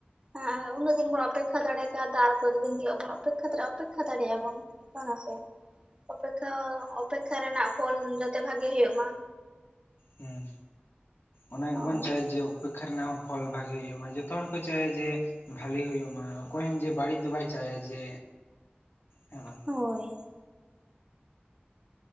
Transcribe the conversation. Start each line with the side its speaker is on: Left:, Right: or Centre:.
Right: ᱟᱸᱟᱸ ᱩᱱᱟᱹᱜ ᱫᱤᱱ ᱵᱚᱱ ᱚᱯᱮᱠᱠᱷᱟ ᱫᱟᱲᱮ ᱠᱟᱣᱫᱟ ᱟᱨ ᱠᱚᱭᱮᱠ ᱫᱤᱱ ᱜᱤ <inaudible> ᱚᱯᱮᱠᱠᱷᱟ <unintelligible> ᱚᱯᱮᱠᱠᱷᱟ ᱫᱟᱲᱮᱭᱟᱜᱼᱟ ᱵᱚᱱ᱾ ᱵᱟᱝᱟ ᱥᱮ? ᱚᱯᱮᱠᱷᱟ ᱚ ᱚᱯᱮᱠᱠᱷᱟ ᱨᱮᱱᱟᱜ ᱯᱷᱚᱞ ᱡᱟᱛᱮ ᱵᱷᱟᱜᱮ ᱦᱩᱭᱩᱜ ᱢᱟ᱾
Left: ᱦᱩᱸ, ᱚᱱᱟ
Right: ᱦᱳᱭ
Left: ᱜᱮᱵᱚᱱ ᱪᱟᱹᱭ ᱡᱮ ᱩᱯᱮᱠᱷᱟ ᱨᱮᱱᱟᱜ ᱦᱚᱸ ᱯᱷᱚᱞ ᱵᱷᱟᱜᱤ ᱦᱩᱭᱩᱜ ᱢᱟ᱾ ᱡᱚᱛᱚ ᱦᱚᱲ ᱠᱚ ᱪᱟᱹᱭᱟ ᱡᱮ ᱵᱷᱟᱞᱤ ᱦᱩᱭᱩᱜ ᱢᱟ ᱚᱠᱚᱭ ᱦᱚᱸ ᱡᱮ ᱵᱟᱹᱲᱤᱡ ᱫᱚ ᱵᱟᱭ ᱪᱟᱭᱟ ᱡᱮ, ᱦᱮᱸ ᱵᱟᱝ?
Right: ᱦᱳᱭ᱾